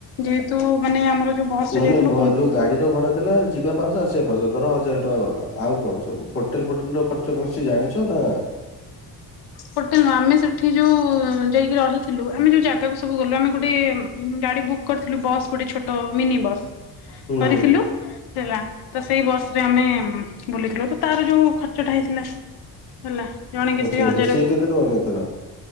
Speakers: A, on the left (about 75°); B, on the left (about 35°).
A: ଯେହେତୁ ମାନେ ଆମର ଯୋଉ ବସ୍
B: ମାନେ
A: ରେ ଯାଇଥିଲୁ
B: ଭ
A: ଓମ୍
B: ଯୋଉ ଗାଡିର ଭଡା ଥେଲା ଯିବା ପାଞ୍ଚସହ ଆସିବା ପାଞ୍ଚସହ ଧର ହଜାରେ ଟଙ୍କା ଗଲା, ଆଉ କଣ ସବୁ ହୋଟେଲ୍ ଫୋଟେଲ୍ ର ଖର୍ଚ୍ଚ କଣ କିଛି ଜାଣିଛ ନା
A: ହୋଟେଲ୍ ନୁହଁ, ଆମେ ସେଠି ଯୋଉ ଯାଇକି ରହିଥିଲୁ ଆମେ ଯୋଉ ଜାଗାକୁ ସବୁ ଗଲୁ ଆମେ ଗୋଟେ ଗାଡି ବୁକ୍ କରିଥିଲୁ ବସ୍ ଗୋଟେ ଛୋଟ ମିନି ବସ୍
B: ହୁଁ
A: କରିଥିଲୁ।
B: ହୁଁ।
A: ହେଲା ତ ସେଇ ବସ୍ ରେ ଆମେ ବୁଲିଥିଲୁ ତ ତାର ଯୋଉ ଖର୍ଚ୍ଚଟା ହେଇଥିଲା ହେଲା ଜଣେକେ
B: ଆଚ୍ଛା
A: ସେଇ
B: ଆଚ୍ଛା
A: ହଜ
B: ସିଏ କେତେ ଟଙ୍କା ନେଇଥିଲା?